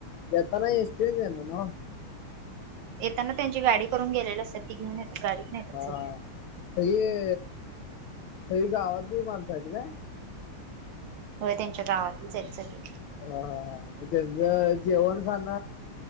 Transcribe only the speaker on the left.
येताना एस टीनच येणार नव?
हा
सगळी अ सगळी गावातली माणसं आहेत काय?
ह हा हा मग त्यांचं जेवण खाण